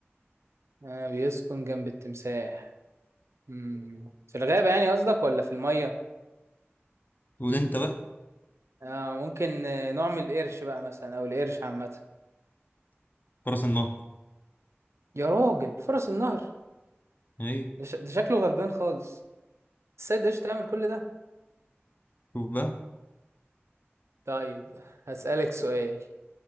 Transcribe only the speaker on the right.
آه بيسكن جنب التمساح مم. في الغابة يعني قصدك ولا في المية
آه ممكن آه، نوع من القرش بقى مثلا او القرش عامة
يا راجل فرس النهر
ده, ش... ده شكله غلبان خالص السيد ايش تعمل كل ده
طيب هسألك سؤال